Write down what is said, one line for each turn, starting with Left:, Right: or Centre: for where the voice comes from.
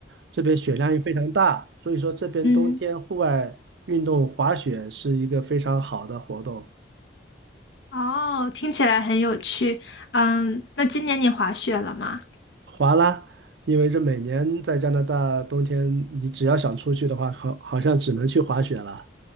Right: 这边雪量也非常大，所以说这边冬天户外运动滑雪是一个非常好的活动。
Left: 嗯。哦，听起来很有趣。嗯，那今年你滑雪了吗？
Right: 滑啦，因为这每年在加拿大冬天，你只要想出去的话，好好像只能去滑雪了。